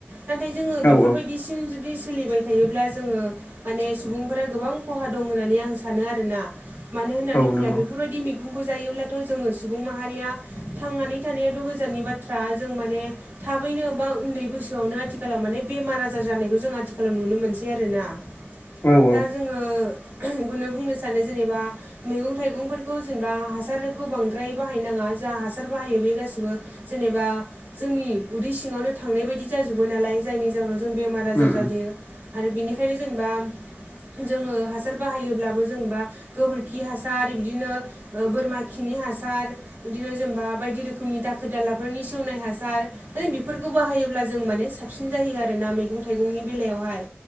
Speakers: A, on the right (about 65°); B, on the left (about 75°).
A: नाथाय जोङो
B: औ
A: बेफोरबायदिसिम जुदि सोलिबाय थायोब्ला जोङो माने सुबुंफोरा गोबां खहा दं होननानै आं सानो आरोना। मानो होननानै
B: औ नंगौ
A: बुङोब्ला बेफोरबायदि मैगंखौ जायोब्लाथ' जोङो सुबुं माहारिया थांनानै थानायाथ' गोजाननि बाथ्रा जों माने थाबैनो बा उन्दै बैसोआवनो आथिखालाव माने बेमार आजार जानायखौ जों आथिखालाव नुनो मोनसै आरोना।
B: औ औ
A: दा जोङो इखौनो बुंनो सानो जेनेबा मैगं थाइगंफोर खौ जेनेबा हासारखौ बांद्राय बाहाय नाङा जा हासार बाहायो बे गासिबो जेनेबा जोंनि उदै सिङावनो थांनाय बायदि जाजोबो नालाय जायनि जाहोनाव जों बेमार आजार
B: उम
A: जाजोयो।
B: उम
A: आरो बेनिखायनो जेनेबा जोङो हासार बाहायोब्लाबो जेनेबा गोबोरखि हासार बिदिनो बोरमा खिनि हासार बिदिनो जेनेबा बायदि रोखोमनि दाखोर दालाफोरनि सेवनाय हासार माने बेफोरखौ बाहायोब्ला जों माने साबसिन जायो आर ना मैगं थाइगंनि बेलायावहाय।